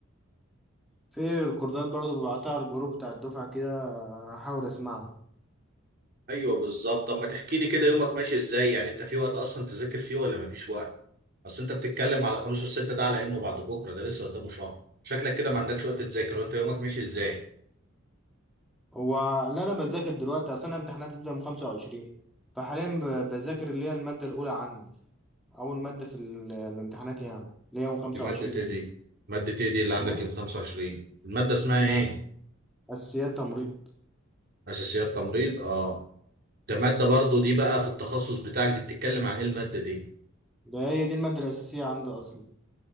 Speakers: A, in the centre; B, on the right.
A: في ريكوردات برضو ببعتها على الجروب بتاع الدفعة كده هحاول اسمعها
B: ايوه بالظبط طب ما تحكي لي كده يومك ماشي ازاي يعني انت في وقت اصلا تذاكر فيه ولا ما فيش وقت؟ اصل انت بتتكلم على 15 6 ده على انه بعد بكرة ده لسه قدامه شهر شكلك كده ما عندكش وقت تذاكر وانت يومك ماشي ازاي؟
A: هو اللي انا بذاكر دلوقتي اصل انا امتحاناتي بتبدأ من 25 فحاليا ب- بذاكر اللي هي المادة الأولى عندي أول مادة في ال- الامتحانات يعني اللي هي يوم 25
B: دي مادة ايه
A: دي
B: دي مادة ايه دي اللي عندك
A: ايه
B: يوم 25 المادة اسمها
A: اسمها
B: ايه
A: أساسيات تمريض
B: اساسيات تمريض اه ده مادة برضو دي بقى في التخصص بتاعك دي بتتكلم عن ايه المادة دي
A: ده هي دي المادة الأساسية عندي أصلا